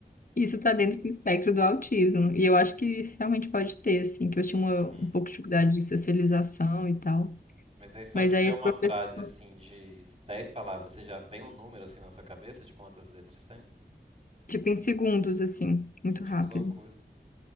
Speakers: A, on the left; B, on the right.
A: isso tá dentro do espectro do autismo. E eu acho que realmente pode ter, assim, que eu tinha uma-
B: Uhum.
A: um pouco de dificuldade de socialização e tal.
B: Mas aí só
A: Mas
B: de
A: aí
B: ver
A: esse
B: uma
A: professor,
B: frase assim de 10 palavras, você já vem um número assim na sua cabeça de quantas letras tem?
A: tipo, em segundos, assim, muito
B: Gente,
A: rápido.
B: que loucura.